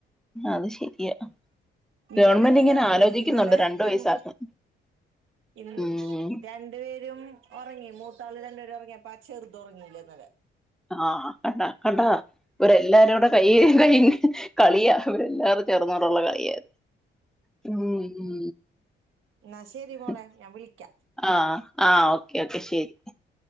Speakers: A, in the centre; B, on the right.
A: അത് ശരിയാ
B: ഇവനല്ലെങ്കിൽ
A: ഗവൺമെന്റ് ഇങ്ങനെ
B: അവള്
A: ആലോചിക്കുന്നുണ്ട്
B: ഇന്നലെ
A: രണ്ടു
B: രണ്ട്
A: വയസ്സാക്കാൻ
B: ഇ
A: ഉം
B: രണ്ടു പേരും- ഒറങ്ങി മൂത്താള് രണ്ടപേര് ഒറങ്ങിയപ്പാ ചെറുത് ഒറങ്ങില്ല ഇന്നലെ -
A: ആഹ് കണ്ടാ കണ്ടാ ഒരു എല്ലാരൂടെ- കൈ കഴുകി കളിയ ഇവിരെല്ലാവർ- ചേർന്നോണ്ടുള്ള കളിയാത് ഉം ഉം
B: എന്നാ ശരി മോളെ
A: ഉം
B: ഞാൻ വിളിക്കാ
A: ആഹ് ആഹ് ഓക്കെ ഓക്കെ ശരി-